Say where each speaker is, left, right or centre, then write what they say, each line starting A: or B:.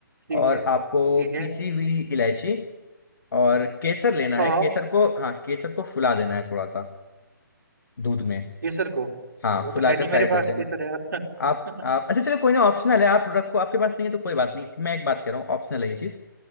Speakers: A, on the right (about 55°); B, on the left (about 70°).
A: ठीक
B: और
A: है ठीक
B: आपको
A: है
B: पीसी हुई इलायची और केसर लेना
A: हाँ
B: है केसर को हाँ केसर को फुला देना है थोड़ा सा दूध में
A: केसर को
B: हाँ
A: वो
B: फुलाकर
A: तो है नहीं
B: साइड
A: मेरे पास
B: रख देना
A: केसर यार
B: आप
A: <laughs>
B: आप अच्छा चलो कोई ना ऑप्शनल है आप रखो आपके पास नहीं है तो कोई बात नहीं मैं एक बात कह रहा हूँ ऑप्शनल है ये चीज़